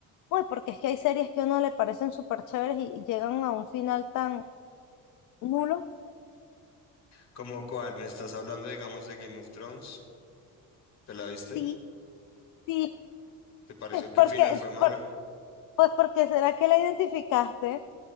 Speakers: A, on the left; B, on the left.
A: Uy, porque es que hay series que a uno le parecen súper chéveres y, y llegan a un final tan nulo.
B: ¿Cómo cuál? ¿Me estás hablando, digamos, de Game of Thrones? ¿Te la viste?
A: Sí, sí,
B: ¿Te pareció que
A: porque,
B: el final fue malo?
A: por- pues porque será que la identificaste.